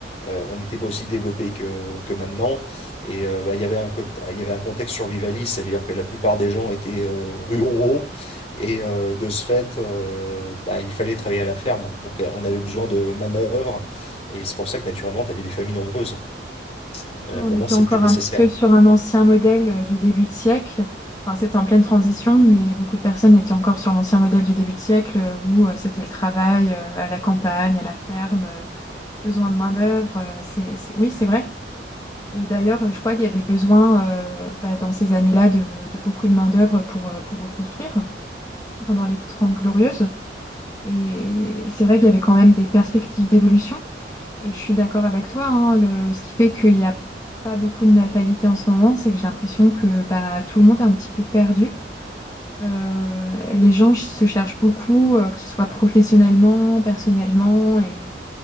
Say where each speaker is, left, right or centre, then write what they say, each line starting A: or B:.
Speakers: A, on the left; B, on the left.
A: euh, on n'était pas aussi développé que, que maintenant. Et euh, bah, il y avait un, côté- il y avait un contexte survivaliste, ça veut dire que la plupart des gens étaient euh, ruraux. Et euh, de ce fait, euh, bah, il fallait travailler à la ferme. Donc, euh, on avait besoin de manœuvres. Et c'est pour ça que, naturellement, tu avais des familles nombreuses. Euh,
B: On
A: maintenant,
B: était
A: c'est
B: encore
A: plus nécessaire.
B: un petit peu sur un ancien modèle euh, du début de siècle. Enfin, c'était en pleine transition, mais beaucoup de personnes étaient encore sur l'ancien modèle du début de siècle euh, où euh, c'était le travail euh, à la campagne, à la ferme, euh, besoin de main-d'œuvre. euh, c'est, c'est- Oui, c'est vrai. Et d'ailleurs, euh, je crois qu'il y avait besoin euh, bah, dans ces années-là de, de beaucoup de main-d'œuvre pour, euh, pour reconstruire pendant les Trente Glorieuses. Et c'est vrai qu'il y avait quand même des perspectives d'évolution. Et je suis d'accord avec toi, hein, le- ce qui fait qu'il n'y a pas beaucoup de natalité en ce moment, c'est que j'ai l'impression que bah, tout le monde est un petit peu perdu. Euh, les gens se cherchent beaucoup, euh, que ce soit professionnellement, personnellement, et